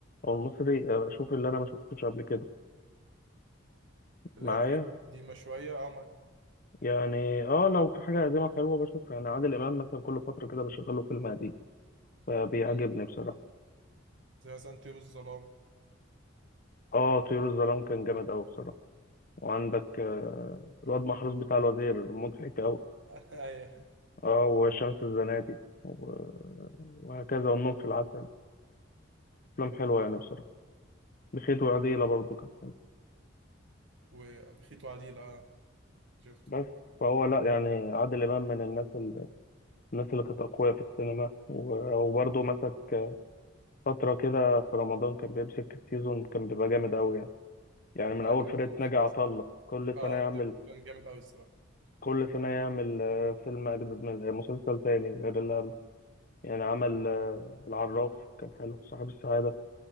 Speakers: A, on the left; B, on the right.
A: أو المصري آه، بشوف اللي أنا ما شفتوش قبل كده
B: اللي
A: معايا
B: هي الحاجات القديمه شويه اه ما
A: يعني اه لو في حاجة قديمة حلوة بشوفها يعني عادل إمام مثلا كل فترة كده بشغله فيلم قديم فبيعجبني
B: <laughs>
A: بصراحة
B: زي مثلا طيور الظلام
A: اه طيور الظلام كان جامد أوي بصراحة وعندك آه، الواد محروس بتاع الوزير مضحك أوي
B: <laughs> ايوه
A: اه وشمس الزناتي و- وهكذا والنوم في العسل أفلام حلوة يعني بصراحة بخيت وعديلة برضو كان حلو
B: وبخيت وعديل اه شفته
A: بس فهو لأ يعني عادل إمام من الناس ال- الناس اللي كانت أقوياء في السينما و- وبرضو مسك فترة كده في رمضان كان بيمسك السيزون كان بيبقى جامد أوي يعني يعني من
B: ايوه
A: أول
B: كان
A: فرقة
B: جيمس
A: ناجي عطا الله كل
B: اه
A: سنة يعمل
B: ده كان جامد قوي الصراحه
A: كل سنة يعمل آه، فيلم أجدد من آه، مسلسل تاني غير اللي قبله يعني عمل آه، العراف كان حلو صاحب السعادة